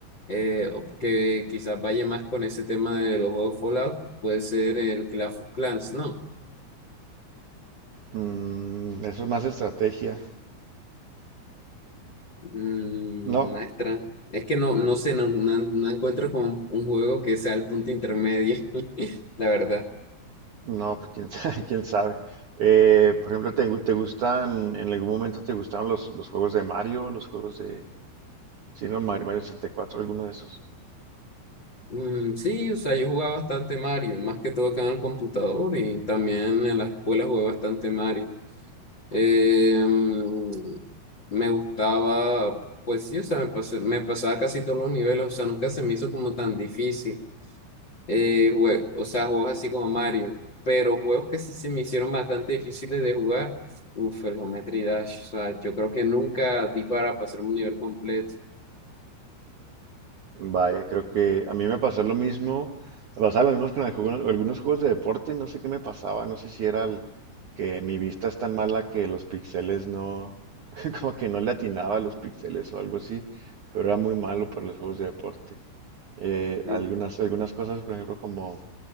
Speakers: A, on the left (about 40°); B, on the right (about 60°).
A: eh, o- que quizás vaya más con ese tema de los juegos Fallout, puede ser el Clash of Clans, ¿no?
B: Mm, eso es más estrategia.
A: Mm,
B: No,
A: maestra, es que no, no sé, no, no- no encuentro como un juego que sea el punto intermedio, <laughs> la verdad.
B: no, pues quién sabe, <laughs> quién sabe. Eh, por ejemplo, ¿te, gu- te gustan, en algún momento te gustaron los, los juegos de Mario, los juegos de, si no, Mar- Mario 64, alguno de esos?
A: Mm, sí, o sea, yo jugaba bastante Mario, más que todo acá en el computador y también en la escuela jugué bastante Mario. Eh, mm, me gustaba, pues sí, o sea, me pasé- me pasaba casi todos los niveles, o sea, nunca se me hizo como tan difícil. eh, jue- o sea, juegos así como Mario, pero juegos que sí se me hicieron bastante difíciles de jugar. Uf, el Geometry Dash, o sea, yo creo que nunca di para pasar un nivel completo.
B: Vaya, creo que a mí me pasó lo mismo, me pasaba lo mismo con algunos, algunos juegos de deporte, no sé qué me pasaba, no sé si era el- que mi vista es tan mala que los píxeles no, <laughs> como que no le atinaba a los píxeles o algo así, pero era muy malo para los juegos de deporte. Eh,
A: Mm.
B: algunas, algunas cosas, por ejemplo, como,